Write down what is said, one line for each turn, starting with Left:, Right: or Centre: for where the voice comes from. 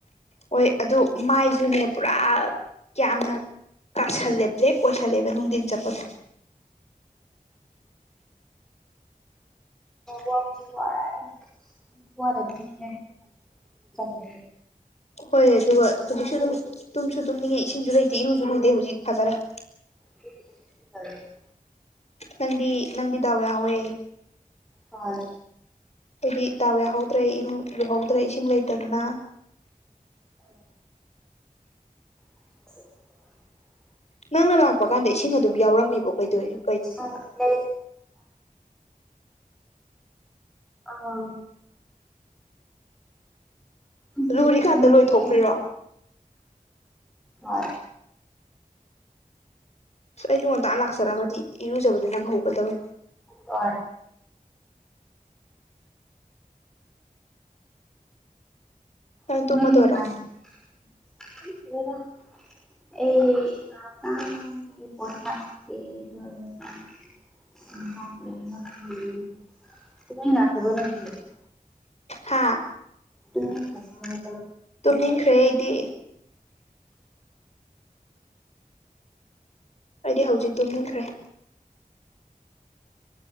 Left: ꯍꯣꯏ ꯑꯗꯨ ꯃꯥꯏꯁꯨꯅꯦ ꯄꯨꯔꯥ ꯌꯥꯝꯅ ꯀꯥꯁꯜꯂꯦ ꯕ꯭ꯂꯦꯛ ꯑꯣꯏꯁꯜꯂꯦꯕ ꯅꯨꯡꯗꯤꯟ ꯆꯠꯄꯒꯤ
Centre: ꯋꯥꯕꯗꯤ ꯋꯥꯔꯦ ꯋꯥꯗꯕꯁꯨ <inaudible>
Left: ꯍꯣꯏ ꯑꯗꯨꯒ ꯍꯧꯖꯤꯛꯁꯨ ꯑꯗꯨꯝ ꯇꯨꯝꯁꯨ ꯇꯨꯝꯅꯤꯡꯉꯦ ꯏꯁꯤꯡꯁꯨ ꯂꯩꯇꯦ ꯏꯔꯨꯁꯨ ꯂꯨꯗꯦ ꯍꯧꯖꯤꯛ ꯐꯖꯔꯦ
Centre: <inaudible>
Left: ꯅꯪꯗꯤ ꯅꯪꯗꯤ ꯗꯥꯎ ꯌꯥꯎꯍꯧꯋꯦ
Centre: ꯍꯣꯏ
Left: ꯑꯩꯗꯤ ꯗꯥꯎ ꯌꯥꯎꯍꯧꯗ꯭ꯔꯦ ꯏꯔꯨ ꯂꯨꯍꯧꯗ꯭ꯔꯦ ꯏꯁꯤꯡ ꯂꯩꯇꯗꯅ
Centre: ꯎꯝ <inaudible>
Left: ꯅꯪꯅ ꯂꯥꯛꯄ ꯀꯥꯟꯗ ꯏꯁꯤꯡ ꯑꯗꯨꯝ ꯌꯥꯎꯔꯝꯃꯤꯕꯣ ꯀꯩꯗꯧꯏꯅꯣ
Centre: <inaudible> ꯑꯥ ꯑꯁ
Left: ꯂꯨꯔꯤꯀꯥꯟꯗ
Centre: ꯅꯪꯗꯤ
Left: ꯂꯣꯏꯊꯣꯛꯈ꯭ꯔꯤꯔꯣ
Centre: <inaudible> ꯍꯣꯏ
Left: ꯑꯩꯁꯨ ꯉꯟꯇꯥ ꯂꯥꯛꯆꯔꯝꯃꯗꯤ ꯏꯔꯨꯖꯕꯗꯨ ꯅꯪ ꯍꯧꯒꯗꯕꯅꯦ
Centre: ꯍꯣꯏ
Left: ꯅꯪ
Centre: <inaudible>
Left: ꯇꯨꯝꯃꯗꯣꯏꯔꯣ
Centre: ꯈꯪꯗ꯭ꯔꯦꯗ ꯑꯩ ꯉꯥꯛꯇꯪꯗꯤ ꯄꯣꯊꯥꯒꯤꯒꯦ <inaudible> <inaudible> ꯅꯣꯏꯗꯤ
Left: ꯍꯥꯥ
Centre: ꯇꯨꯝꯅꯤꯡꯈ꯭ꯔꯕ ꯍꯥꯏꯕ
Left: ꯇꯨꯝꯅꯤꯡꯈ꯭ꯔꯦ ꯑꯩꯗꯤ ꯑꯩꯗꯤ ꯍꯧꯖꯤꯛ ꯇꯨꯝꯅꯤꯡꯈ꯭ꯔꯦ